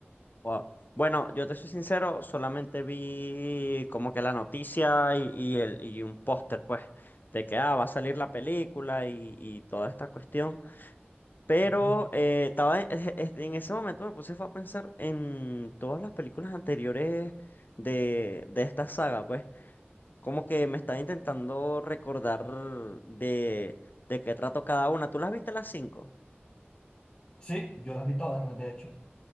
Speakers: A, on the left; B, on the left.
A: Wow. Bueno, yo te soy sincero, solamente vi como que la noticia y, y el, y un póster, pues, de que ah, va a salir la película y, y toda esta cuestión. Pero
B: Ujú.
A: eh, estaba en, <laughs> es- es- en ese momento me puse fue a pensar en todas las películas anteriores de, de esta saga, pues. como que me está intentando recordar de, de qué trato cada una. ¿Tú las viste las cinco?
B: Sí, yo las vi todas, de hecho.